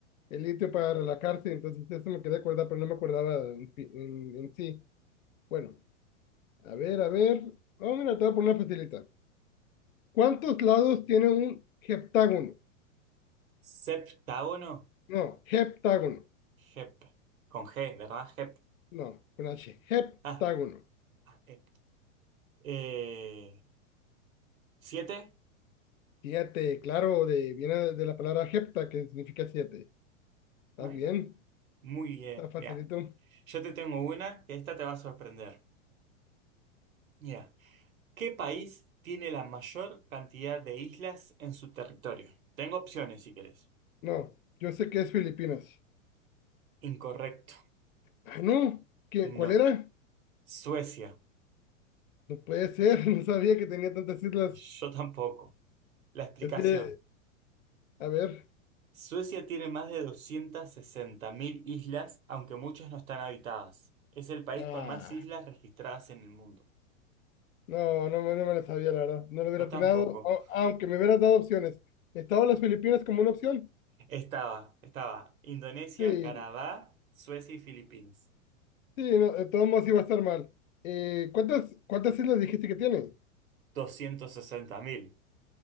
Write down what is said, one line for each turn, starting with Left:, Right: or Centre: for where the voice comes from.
Left: el litio para relajarse, entonces eso me quería acordar, pero no me acordaba en, fi- en- en sí. Bueno, a ver, a ver. Vamos mira, te voy a poner una facilita. ¿Cuántos lados tiene un heptágono?
Right: Septágono.
Left: No, heptágono.
Right: Hep. Con G, ¿verdad? Hep.
Left: No, con H. Heptágono.
Right: Ah, ah, hep. Eh, ¿siete?
Left: Siete, claro, de, viene de la palabra hepta, que significa siete. ¿Estás
Right: Ay,
Left: bien?
Right: Muy bien.
Left: Está facilito.
Right: Ya. Yo te tengo una que esta te va a sorprender. Ya. ¿Qué país tiene la mayor cantidad de islas en su territorio? Tengo opciones si querés.
Left: No, yo sé que es Filipinas.
Right: Incorrecto.
Left: Ah, no, ¿qué,
Right: No.
Left: cuál era?
Right: Suecia.
Left: No puede ser, <laughs> no sabía que tenía tantas islas.
Right: Yo tampoco. La explicación.
Left: Es que, a ver,
Right: Suecia tiene más de 260.000 islas, aunque muchas no están habitadas. Es el país
Left: ah,
Right: con más islas registradas en el mundo.
Left: no, no, me no me la sabía, la verdad. No lo hubiera
Right: Yo
Left: atinado,
Right: tampoco.
Left: au- aunque me hubieras dado opciones. ¿Estaba las Filipinas como una opción?
Right: Estaba, estaba Indonesia,
Left: Sí,
Right: Canadá, Suecia y Filipinas.
Left: sí, no, de todos modos iba a estar mal. Eh, ¿cuántas, cuántas islas dijiste que tiene?
Right: doscientas sesenta mil.